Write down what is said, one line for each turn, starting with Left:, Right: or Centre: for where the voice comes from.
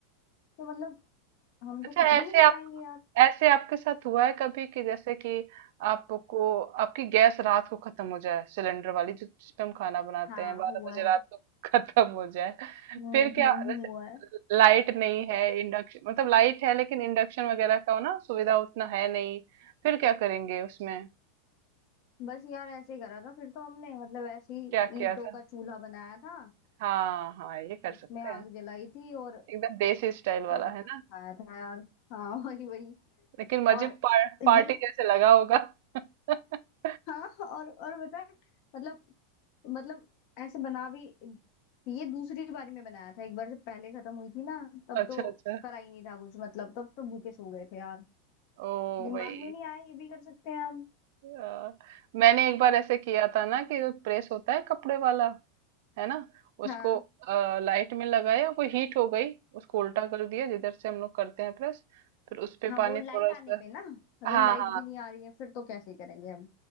Left: तो मतलब हम
Right: अच्छा
Left: तो कुछ भी
Right: ऐसे
Left: नहीं कर पाएंगे यार
Right: ऐसे आपके साथ हुआ है कभी कि जैसे कि आपको आपकी गैस रात को खत्म हो जाए सिलेंडर वाली जो जिस पे हम खाना बनाते
Left: हाँ
Right: हैं बारह
Left: हुआ
Right: बजे
Left: है
Right: रात को <laughs> खत्म हो जाए
Left: हम्म
Right: फिर क्या
Left: हम्म
Right: जैसे
Left: हम्म, हुआ है
Right: लाइट नहीं है इंडक्शन मतलब लाइट है लेकिन इंडक्शन वगैरह का ना सुविधा उतना है नहीं फिर क्या करेंगे उसमें
Left: बस यार ऐसे ही करा था फिर तो हमने मतलब ऐसे ही
Right: क्या किया
Left: ईंटों
Right: था
Left: का चूल्हा बनाया था
Right: हाँ हाँ ये कर सकते
Left: उसमें आग
Right: हैं
Left: जलाई थी और
Right: एकदम देसी स्टाइल वाला
Left: सब बना
Right: है
Left: के
Right: ना
Left: खाया था यार हाँ <laughs> वही वही
Right: लेकिन मुझे
Left: और
Right: पार,
Left: ये
Right: पार्टी जैसे लगा होगा <laughs>
Left: हाँ और और बता मतलब मतलब ऐसे बना भी ये दूसरी बारी में बनाया था एक बार जब पहले खत्म हुई थी ना तब
Right: अच्छा
Left: तो
Right: अच्छा
Left: करा ही नहीं था कुछ मतलब तब तो भूखे सो गए थे यार
Right: ओ
Left: दिमाग
Right: भाई
Left: में नहीं आया ये भी कर सकते हैं हम
Right: अ, मैंने एक बार ऐसे किया था ना कि जो प्रेस होता है कपड़े वाला है ना
Left: हाँ
Right: उसको लाइट में लगाया वो हीट हो गई उसको उल्टा कर दिया जिधर से हम लोग करते हैं प्रेस फिर उस पे
Left: हाँ
Right: पानी
Left: वो लाइट
Right: थोड़ा
Left: आने
Right: सा
Left: पे ना अगर
Right: हाँ
Left: लाइट
Right: हाँ
Left: भी नहीं आ रही है फिर तो कैसे करेंगे हम